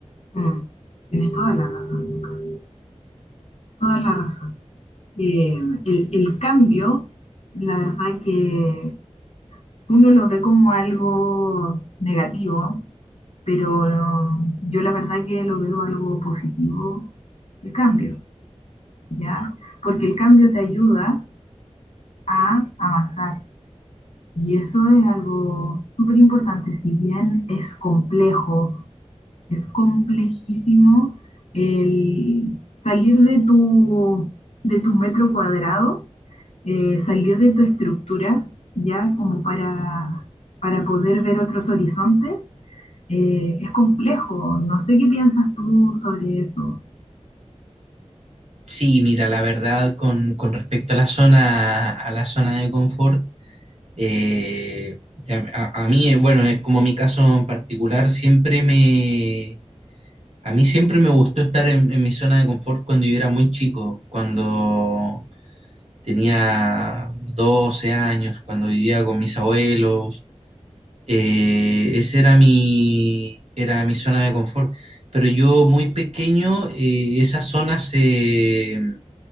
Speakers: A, on the left (about 65°); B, on the right (about 65°).
A: mm, tienes toda la razón, Lucas. Toda la razón. eh, el, el cambio, la verdad que uno lo ve como algo negativo, pero yo la verdad que lo veo algo positivo, el cambio, ¿ya? Porque el cambio te ayuda a avanzar y eso es algo súper importante, si bien es complejo, Es complejísimo el salir de tu, de tu metro cuadrado, eh, salir de tu estructura, ya como para, para poder ver otros horizontes. Eh, es complejo, no sé qué piensas tú sobre eso.
B: Sí, mira, la verdad, con, con respecto a la zona, a la zona de confort, Eh, a, a a mí, bueno, es como mi caso en particular, siempre me, a mí siempre me gustó estar en, en mi zona de confort cuando yo era muy chico, cuando tenía 12 años, cuando vivía con mis abuelos. Eh, esa era mi, era mi zona de confort. Pero yo muy pequeño, eh, esa zona se,